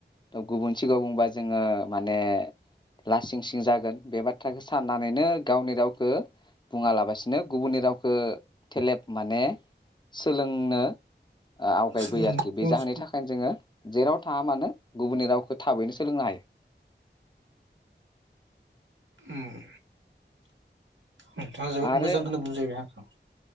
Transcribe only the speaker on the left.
थ' गुबुन सिगाङाव बुंबा जोङो माने लासिं सिं जागोन बे बाथ्राखौ साननानैनो गावनि रावखौ बुङा लाबासिनो गुबुननि राव खौ थेलेब माने सोलोंनो -
उगायबोयो आरोखि बे जाहोननि थाखायनो जोङो जेराव थाङा मानो गुबुननि रावखौ थाबैनो सोलोंनो हायो।
आरो